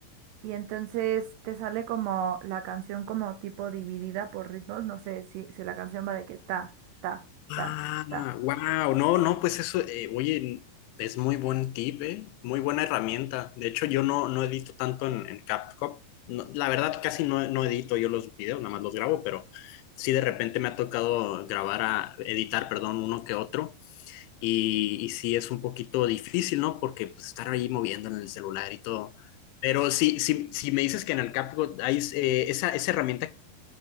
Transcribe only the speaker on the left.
Ah,
wow, no, no, pues eso, eh, oye, es muy buen tip, eh, muy buena herramienta. De hecho, yo no, no edito tanto en, en CapCut. No, la verdad, casi no, no edito yo los videos, nada más los grabo, pero sí de repente me ha tocado grabar a, editar, perdón, uno que otro. y, y sí es un poquito difícil, ¿no? Porque pues estar ahí moviendo en el celular y todo. Pero sí sí si me dices que en el CapCut hay eh, esa, esa herramienta